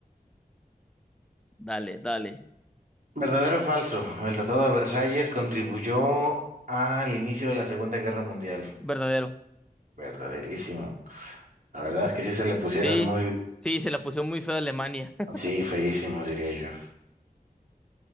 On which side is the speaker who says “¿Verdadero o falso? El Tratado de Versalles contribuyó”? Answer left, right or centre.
Right